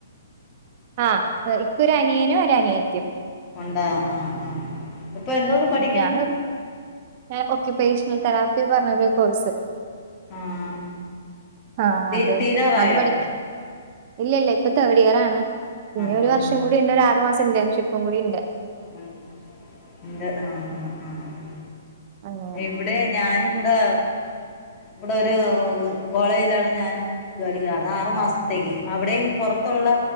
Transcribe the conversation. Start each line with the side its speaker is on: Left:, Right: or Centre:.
Right: ആഹ് ഇക്കൊരു അനിയനും ഒരു അനിയത്തിം
Left: ഒണ്ടോ ആഹ് ആഹ് ആഹ് ഇപ്പൊ എന്തോന്ന് പഠിക്കുന്ന്
Right: ഞാന് ഞാൻ ഒക്ക്യുപ്പേഷണൽ തെറാപ്പി പറഞ്ഞൊരു കോഴ്സ്
Left: ആഹ്
Right: ആഹ്
Left: തീ
Right: അത്
Left: തീരാറായോ
Right: അത് പഠിക്ക് ഇല്ല ഇല്ല ഇപ്പം തേർഡ് ഇയർ ആണ് ഇനി
Left: ആഹ്
Right: ഒരു
Left: ആഹ്
Right: വർഷം കൂടി ഇണ്ട് ഒരു ആറു മാസം ഇന്റേൺഷിപ്പും കൂടി ഇണ്ട്
Left: അത് ഇണ്ട് ആഹ് ആഹ് ആഹ്
Right: അങ്ങനെ
Left: എവിടെ ഞാനും ഇവടെ ഇവടെ ഒരു കോളേജിലാണ് ഞാനും ജോലിക്കാ അത് ആറു മാസത്തേക്ക് അവിടെയും പൊറത്തൊള്ള